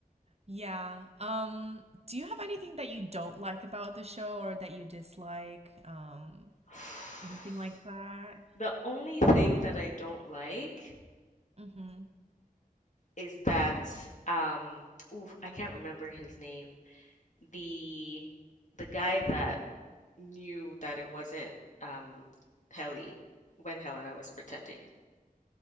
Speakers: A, on the right (about 45°); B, on the left (about 55°).
A: Yeah. Um, do you have anything that you don't like about the show or that you dislike? Um,
B: <sighs>
A: anything like that?
B: The only thing that I don't like
A: Mm-hmm.
B: is that, um, ooh, I can't remember his name the the guy that knew that it wasn't um Helly when Helena was pretending.